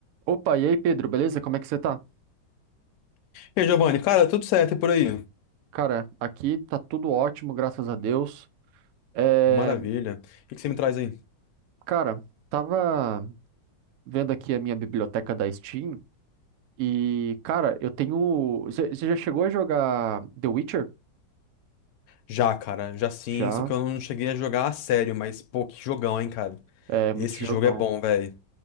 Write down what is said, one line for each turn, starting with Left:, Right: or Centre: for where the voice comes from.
Right: Opa, e aí, Pedro, beleza? Como é que você tá?
Left: E aí, Giovanni, cara, tudo certo é por aí?
Right: Cara, aqui tá tudo ótimo, graças a Deus. É,
Left: Maravilha. O que que você me traz aí?
Right: cara, tava vendo aqui a minha biblioteca da Steam e, cara, eu tenho. Você você já chegou a jogar The Witcher?
Left: Já, cara, já sim,
Right: Já,
Left: só que eu não cheguei a jogar a sério, mas pô, que jogão, hein, cara.
Right: é muito
Left: Esse
Right: jogão.
Left: jogo é bom, velho.